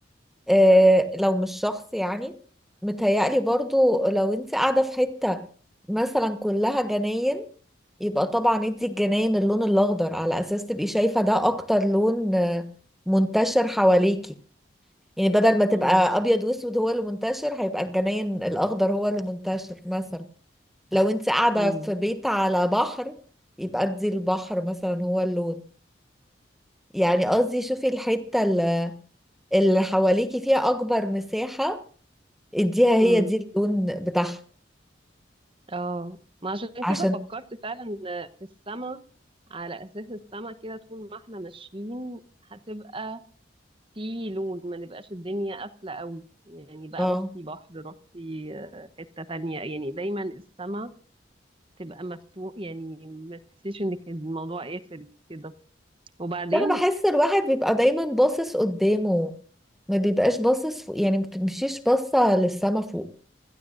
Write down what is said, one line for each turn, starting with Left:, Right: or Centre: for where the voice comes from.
Centre: آه، لو مش شخص يعني متهيألي برضو لو انت قاعدة في حتة مثلا كلها جناين يبقى طبعا ادي الجناين اللون الأخضر على أساس تبقي شايفة ده أكتر لون آه، منتشر حواليكي يعني بدل ما تبقى
Right: امم
Centre: أبيض وأسود هو اللي منتشر هيبقى الجناين الأخضر هو اللي منتشر مثلا لو انت قاعدة
Right: امم
Centre: في بيت على بحر يبقى ادي البحر مثلا هو اللون يعني قصدي شوفي الحتة اللي اللي حواليكي فيها أكبر مساحة اديها هي
Right: امم
Centre: دي اللون بتاعها
Right: اه ما عشان
Centre: عشان
Right: كده فكرت فعلا في السما على اساس السما كده طول ما احنا ماشيين هتبقى في لون ما نبقاش الدنيا قافله قوي يعني بقى
Centre: اه
Right: رحتي بحر رحتي آه، حته تانية يعني دايما السما تبقى مفتوح يعني ما تحسيش انك الموضوع قافل كده وبعدين
Centre: فانا بحس الواحد بيبقى دايما باصص قدامه ما بيبقاش باصص فوق يعني ما بتمشيش باصه للسما فوق